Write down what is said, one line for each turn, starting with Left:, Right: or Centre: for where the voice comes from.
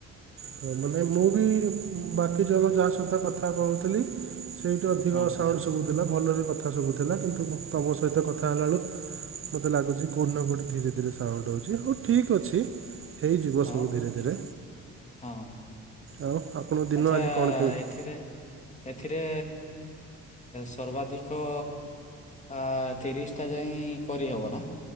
Right: ହଁ ମାନେ ମୁଁ ବି ବାକି ଜାଗା ଯାହା ସହିତ କଥା କହୁଥିଲି ସେଇଠି ଅଧିକ
Left: ହଁ ହଁ
Right: ସାଉଣ୍ଡ
Left: ହଁ
Right: ଶୁଭୁ ଥିଲା ଭଲରେ କଥା ଶୁଭୁ ଥିଲା କିନ୍ତୁ ତମ ସହିତ କଥା ହେଲା ବେଳକୁ ମତେ ଲାଗୁଛି କୋଉଠି ନା କୋଉଠି ଧୀରେ ଧୀରେ ସାଉଣ୍ଡ ହଉଛି ହଉ ଠିକ ଅଛି ହେଇଯିବ
Left: ହଉ
Right: ସବୁ ଧୀରେ
Left: କିଛି
Right: ଧୀରେ।
Left: ନାହିଁ। ହଁ ହଁ
Right: ଆଉ ଆପଣଙ୍କ ଦିନ
Left: ଆଚ୍ଛା
Right: ଆଜି କଣ କେମିତି
Left: ଏଥିରେ ଏଥିରେ ସର୍ବାଧିକ ଆ ତିରିଶଟା ଯାଇଁ ହିଁ କରିହେବ ନା?